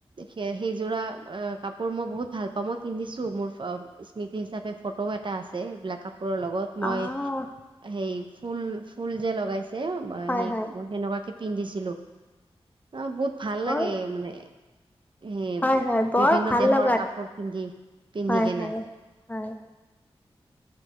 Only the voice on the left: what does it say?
আহ
হয় হয়
বৰ
হয় হয় বৰ
ভাল
লগাত
হয়
হয় হয়।